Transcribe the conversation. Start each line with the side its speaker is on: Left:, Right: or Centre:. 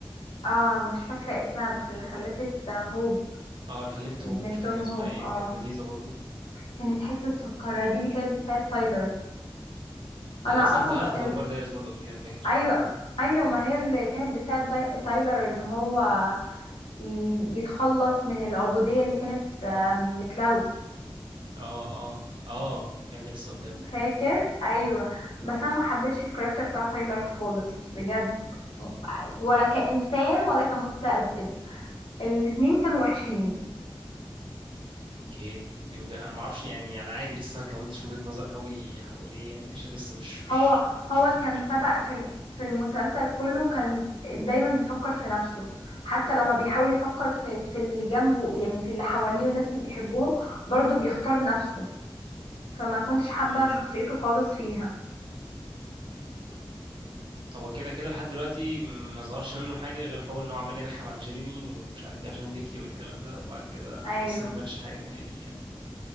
Left: اه مش فاكره اسمها بس اللي خلفت هوب
Right: اه اللي خلفت
Left: بنتهم
Right: هوب مش فاكر اسمها
Left: هوب
Right: ايه
Left: اه
Right: كانت لذيذه برضو
Left: كانت حته سكره دي اللي كانت بتساعد تايلر
Right: هي
Left: انا
Right: اصلا
Left: اصلا
Right: ظهرت
Left: شا...
Right: في دمبار
Left: ال-
Right: دايرس برضو اكيد انا فاكر
Left: ايوه ايوه ما هي اللي كانت بتساعد داي- تايلر ان هو ي... يتخلص من العبوديه اللي كانت آم، لكلاوس
Right: اه اه اه كان ده لسه قدام برضو
Left: فاكر ايوه
Right: أيوة.
Left: بس انا ما حبيتش الكاركتر بتاع تايلر خالص بجد ولا كانسان ولا كمستذئب الاتنين كانوا وحشين
Right: اوكي دي وجهة انا ما اعرفش يعني انا عادي لسه ما كونتش وجهة نظر قوي حواليه يعني عشان لسه مش مش
Left: هو
Right: مش
Left: هو
Right: كنتش
Left: كان
Right: بتلهدها
Left: تبع في ال- في المسلسل كله كان دايما بيفكر في نفسه حتى لما بيحاول يفكر في في اللي جنبه يعني في اللي حواليه والناس اللي بيحبهم برضه بيختار نفسه فما كنتش حابة
Right: امم
Left: شخصيته خالص فيها
Right: هو كده كده لحد دلوقتي ما ظهرش منه حاجة غير هو ان هو عمال يرخم على جيريمي ومش عارف ايه عشان فيكي والكلام ده وبعد كده
Left: ايوه
Right: لسه ما بانش حاجة تانية ليه يعني